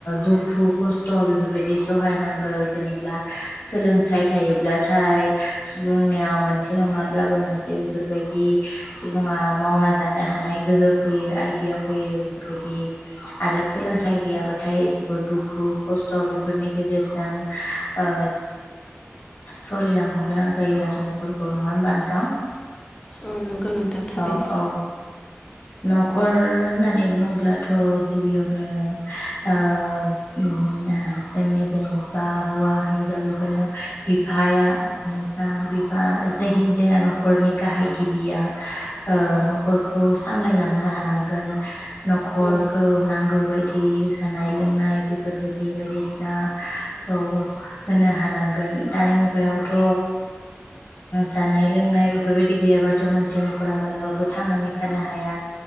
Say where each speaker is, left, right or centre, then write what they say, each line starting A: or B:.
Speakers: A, on the left (about 75°); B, on the left (about 25°).
A: दुखु खस्थ' बेफोरबायदि सहायनांगौ जेनेब्ला। सोलोंथाइ थायोब्लाथाय सुबुंनियाव मोनसे नङाब्लाबो मोनसे बेफोरबायदि। सुबुङा मावना जानो हानाय गोहो फैयो आइदिया फैयो बेफोरबायदि। आरो सोलोंथाइ
B: औ
A: गैयाबाथाय जोबोर दुखु खस्थ' बेफोरनि गेजेरजों। औ। सोलिलांनो गोनां जायो आरो न'खरखौ नङा होमबा नोंथां।
B: औ नंगौ नोंथां थारैनो
A: औ औ न'खर होननानै बुङोब्ला। अब्लाथ' गिबियावनो ओ ओम जोंनि जेनै। बा हौवा हिनजाव बेफोरनाव बिफाया। निबा बिबा जहिनजाया न'खरनि गाहाय गिबिया। ओ न'खरखौ सामलायलांनो हानांगोन। न'खरखौ
B: औ
A: नांगौ बायदि जानाय लोंनाय बेफोरबायदि बायदिसिना। औ होनो हानांगोन दानि मुगायावथ'। जानाय लोंनाय बेफोरबायदि गैयाबाथ' मोनसे न'खरा मालाबाबो थांनानै थानो हाया।